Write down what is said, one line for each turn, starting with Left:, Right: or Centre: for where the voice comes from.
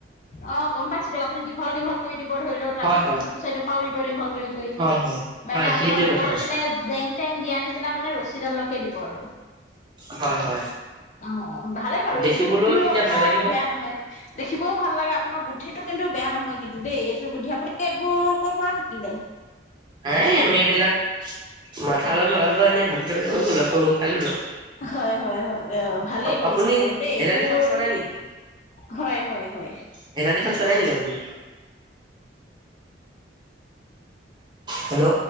Left: অ গম পাইছো দিয়ক, আপুনি দীঘল দীঘল কৰি দিব ধৰি লও তাৰপিছত
Right: হয় হয়
Left: ইটো চাইডৰ পৰাও দিব দীঘল কৰি
Right: হয় হয়
Left: মানে,
Right: হয় সেইটোৱে
Left: আপোনাৰ ওপৰত
Right: কথা কৈছো
Left: মানে জেং-তেং দিয়া নিচিনা মানে ৰছীডালকে দিব আৰু।
Right: হয়, হয়!
Left: অ ভালে বাৰু,
Right: দেখিবলৈও
Left: এইটো বুদ্ধিও
Right: তেতিয়া
Left: আপোনাৰ
Right: ভাল লাগিব
Left: বেয়া নহয়। দেখিবও ভাল লাগে, আপোনাৰ বুদ্ধিটো কিন্তু বেয়া নহয় কিন্তু। দেই এইটো বুদ্ধি, আপুনি এইবোৰ ক'ৰ পৰা শিকিলে?
Right: নাই, আমি এইবিলাক মাথা অলপ লগালো আও এনে ভাবি থকাতে হৈ গ'ল আও। <unintelligible> পাই গলোঁ।
Left: হয়, হয়, হয়, অ! ভালে কৰিছে
Right: আপুনি
Left: বাৰু দেই!
Right: হেৰালিখন
Left: এইবোৰ
Right: চোৱা নাই নেকি
Left: হয়, হয়, হয়!
Right: সেই গাড়ীখন চলাই নেকি আপুনি? হেল্ল'